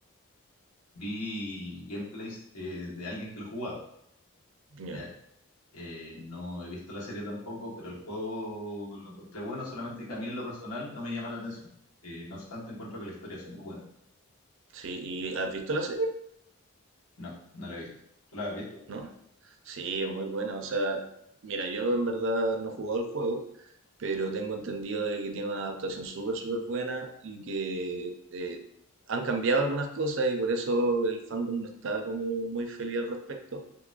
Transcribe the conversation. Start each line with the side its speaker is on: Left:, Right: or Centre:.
Left: vi gameplays eh, de alguien que lo jugaba.
Right: Ya.
Left: ¿ya? Eh, no he visto la serie tampoco, pero el juego lo encontré bueno, solamente que a mí en lo personal no me llama la atención. Eh, no obstante, encuentro que la historia es súper buena.
Right: Sí, ¿y has visto la serie?
Left: No, no la he visto. ¿Tú la has visto?
Right: ¿No? Sí, es muy buena. O sea, mira, yo en verdad no he jugado el juego, pero tengo entendido de que tiene una adaptación súper, súper buena y que eh, han cambiado algunas cosas y por eso el fandom no está como muy feliz al respecto.